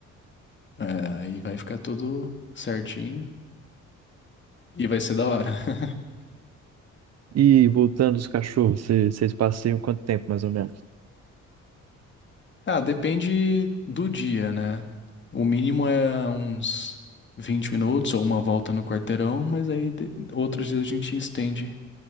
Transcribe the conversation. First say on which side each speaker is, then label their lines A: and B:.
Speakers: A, on the left; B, on the right.
A: É, aí vai ficar tudo certinho e vai ser da hora. <laughs>
B: E voltando os cachorros, cê- vocês passeiam quanto tempo mais ou menos?
A: Ah, depende do dia, né? O mínimo é uns 20 minutos ou uma volta no quarteirão, mas aí de- outros dias a gente estende,